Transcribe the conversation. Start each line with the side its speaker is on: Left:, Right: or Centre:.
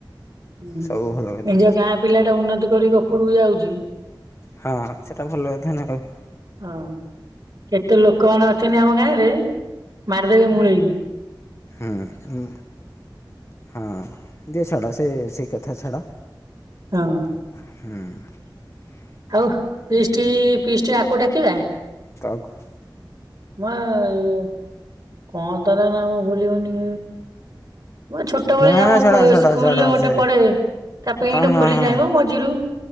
Right: ହୁଁ
Left: ସବୁ ଭଲ କଥା
Right: ନିଜ ଗାଁ ପିଲାଟା ଉନ୍ନତି କରିକି ଉପରକୁ ଯାଉଚି।
Left: ହଁ ସେଟା ଭଲ କଥା ନା ଆଉ।
Right: ହଁ କେତେ ଲୋକମାନେ ଅଛନ୍ତି ଆମ ଗାଁ ରେ ମାାରିଦେବେ ମୁୂଳେଇକି।
Left: ହୁଁ ହୁଁ। ହଁ ଦିଅ ଛାଡ ସେ ସେଇ କଥା ଛାଡ।
Right: ହୁଁ।
Left: ହୁଁ।
Right: ହଉ ଫିଷ୍ଟି ଫିଷ୍ଟି ଆକୁ ଡାକିବା?
Left: କହାକୁ?
Right: ମା ଇଅ। କଣ ତା ନା ନା ମୁଁ ଭୁଲିଗନି। ମ ଛୋଟବେଳେ
Left: ନା
Right: ଯାଉ
Left: ନା
Right: ମୋ
Left: ଛାଡ଼
Right: ପ
Left: ଛାଡ଼
Right: ସ୍କୁଲରେ
Left: ଛାଡ଼
Right: ଗୋଟେ
Left: ସେ
Right: ପଢେ ତା ପେଣ୍ଟ
Left: ହଁ ହଁ
Right: ଖୋଲି
Left: ହଁ।
Right: ଯାଇମୁ ମଝିରୁ।